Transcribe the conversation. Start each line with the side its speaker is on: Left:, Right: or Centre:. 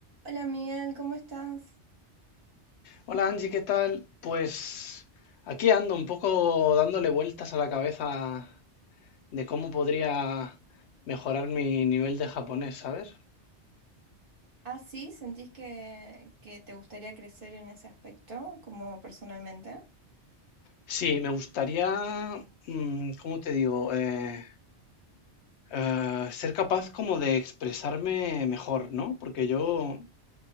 Right: Hola Miguel, ¿cómo estás?
Left: Hola Angie, ¿qué tal? Pues aquí ando un poco dándole vueltas a la cabeza de cómo podría mejorar mi nivel de japonés, ¿sabes?
Right: Ah, sí, ¿sentís que, que te gustaría crecer en ese aspecto, como personalmente?
Left: Sí, me gustaría, mm, ¿cómo te digo? Eh, eh, ser capaz como de expresarme mejor, ¿no? Porque yo